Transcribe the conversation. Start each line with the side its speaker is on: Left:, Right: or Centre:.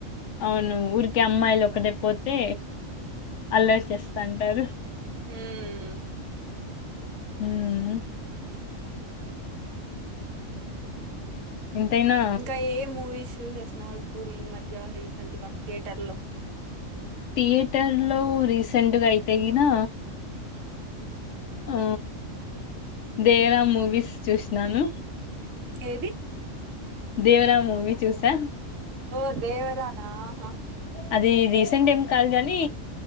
Left: అవును ఊరికే అమ్మాయిలు ఒకటె పోతే అల్లరి చేస్తాంటారు
Right: హ్మ్
Left: హ్మ్ ఎంతైనా
Right: ఇంకా ఏ మూవీస్ చూసేస్తున్నావ్ ఇప్పుడు ఈ మధ్య రీసెంట్ గా థియేటర్ లో
Left: థియేటర్ లో రీసెంట్గా అయితే గీనా ఆ దేవరా మూవీస్ చూసినాను
Right: ఏది
Left: దేవరా మూవి చూసా
Right: ఓ దేవరా నా ఆహా
Left: అది రీసెంట్ ఏం కాదు గాని